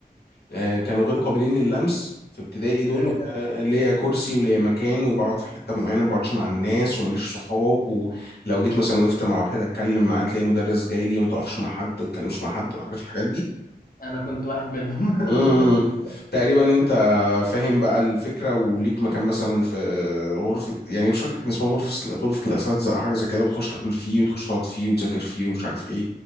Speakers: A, on the left (about 85°); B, on the left (about 60°).
A: آه كانوا غير قابلين للمس في ابتدائي دول
B: آه،
A: وانا ليا كرسي وليا مكان وبقعد في حته معينه ما بقعدش مع الناس وماليش صحاب لو جيت مثلا وقفت مع واحد اتكلم معاه تلاقي مدرس جاي لي ما تقفش مع حد ما تتكلمش مع حد عارف الحاجات دي
B: انا كنت واحد منهم
A: امم
B: <laughs>
A: تقريبا انت فاهم بقى الفكره وليك مكان مثلا في غرفه يعني مش فاكر كان اسمها غرفه غرفه الاساتذه او حاجه زي كده وتخش تاكل فيه وتخش تقعد فيه وتذاكر فيه ومش عارف ايه